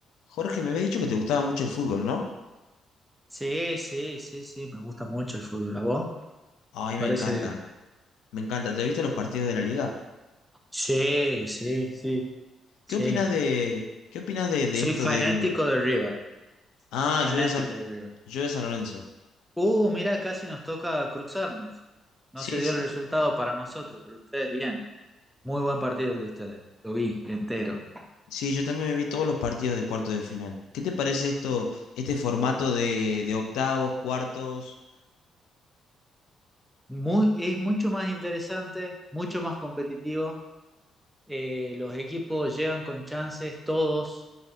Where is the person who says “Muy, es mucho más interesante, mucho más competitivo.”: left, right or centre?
Centre